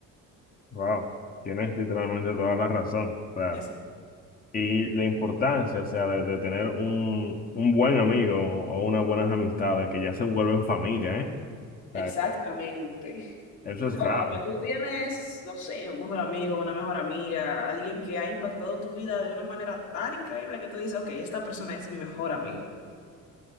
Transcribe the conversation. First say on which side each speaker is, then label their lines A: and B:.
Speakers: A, on the left; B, on the left.
A: Wow, tienes literalmente toda la razón, o sea,
B: Es-
A: y la importancia, o sea, de, de tener un, un buen amigo o unas buenas amistades que ya se vuelven familia, ¿eh? sea,
B: Exactamente.
A: Eso es
B: Cuéntame,
A: claro.
B: tú tienes, no sé, un mejor amigo, una mejor amiga, alguien que ha impactado tu vida de una manera tan increíble que tú dices, ok, esta persona es mi mejor amigo.